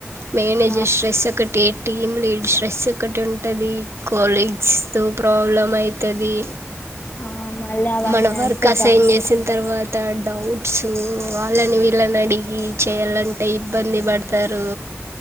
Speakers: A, on the right (about 70°); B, on the left (about 50°).
A: మేనేజర్
B: ఆ
A: స్ట్రెస్ ఒకటి టీమ్ లీడ్ స్ట్రెస్ ఒకటి ఉంటది. కోలీగ్స్ తో ప్రాబ్లమ్ అయితది.
B: ఆ మళ్ళీ అవన్నీ
A: మన వర్క్
B: అంటూ
A: అసైన్
B: కామత్
A: చేసిన తర్వాత డౌట్స్ వాళ్ళని వీళ్ళని అడిగి, చేయాలంటే ఇబ్బంది పడతారు.